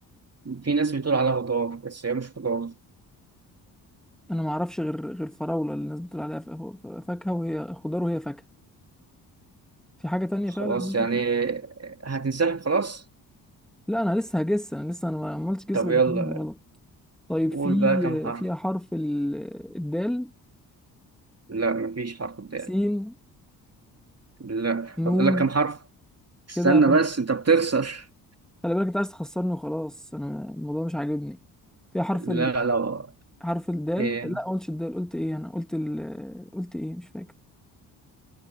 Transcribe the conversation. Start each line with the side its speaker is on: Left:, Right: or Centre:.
Right: في ناس بتقول عليها خضار بس هي مش خضار
Centre: انا ما اعرفش غير غير الفراولة اللي الناس بتقول عليها ف- ف- فاكهة وهي خضار وهي فاكهة في حاجة تانية
Right: خلاص
Centre: فعلا الناس بتقول...
Right: يعني هتنسحب خلاص
Centre: لا انا لسه هجس انا لسه انا ما عملتش جس
Right: طب
Centre: غير
Right: يلا
Centre: اتنين غلط طيب
Right: قول
Centre: في
Right: بقى كم حرف
Centre: فيها حرف ال... الدال
Right: لا مفيش حرف قدامي
Centre: سين
Right: لا
Centre: نون
Right: فاضل لك كم حرف استنى
Centre: كده فاضل
Right: بس انت بتخسر
Centre: خلي بالك انت عايز تخسرني وخلاص انا الموضوع مش عاجبني فيها حرف
Right: لا لو
Centre: حرف الدال
Right: ايه
Centre: لا قلتش الدال قلت ايه انا قلت ال... قلت ايه مش فاكر